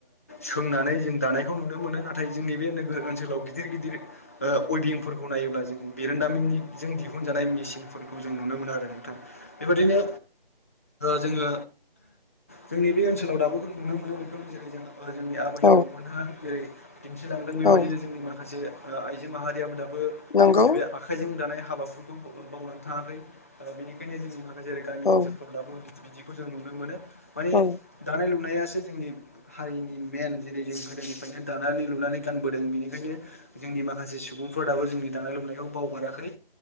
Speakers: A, on the left (about 15°); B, on the left (about 55°).
A: सोंनानै जों दानायखौ नुनो मोनो नाथाय जोंनि बे नोगोर ओनसोलाव गिदिर गिदिर उइबिंफोरखौ नायोब्ला जों बिरोंदामिननिजों दिहुनजानाय मेसिनफोरखौ जों नुनो मोनो आरो। बेबायदिनो जोङो जोंनि बे ओनसोलाव दाबो नुनो मोनो बेखौ जेरै जोंहा। जोंनि आबै
B: औ
A: आबौमोनहा जेरै दिन्थिलांदों बेबायदिनो
B: औ
A: जोंनि माखासे आइजो माहारियाबो दं।
B: नंगौ
A: जोंनि बे आखाइजों दानाय हाबाफोरखौ बावनानै थाङाखै बेनिखायनो जों जेरै गामि
B: औ
A: ओनसोलफोरब्लाबो बिदिखौ जों नुनो मोनो माने
B: औ
A: दानाय लुनाया। जोंनि हारिनि मेन जेरै जों गोदोनिफ्रायनो दानानै लुनानै गानबोदों बेनिखायनो जोंनि माखासे। से सुबुंफोरादाबो जोंनि दानाय लुनायखौ बावगाराखै